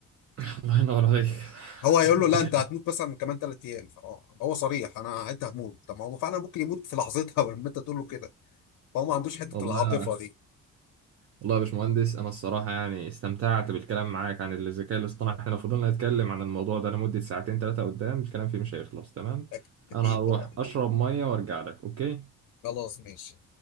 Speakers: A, on the right; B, on the left.
A: <laughs> الله ينور عليك
B: هو هيقول
A: <laughs>
B: له لا انت هتموت مثلا كمان ثلاث ايام فهو هو صريح انا انت هموت طب ما هو فعلا ممكن يموت في لحظتها <laughs> لما انت تقول له كده فهو ما عندوش حته
A: والله
B: العاطفه دي
A: والله يا باشمهندس انا الصراحه يعني استمتعت بالكلام معاك عن الذكاء الاصطناعي احنا لو فضلنا نتكلم عن الموضوع ده لمده ساعتين ثلاثه قدام الكلام فيه مش هيخلص تمام
B: أك- اكيد
A: انا هروح
B: طبعا
A: اشرب ميه وارجع لك اوكي
B: خلاص ماشي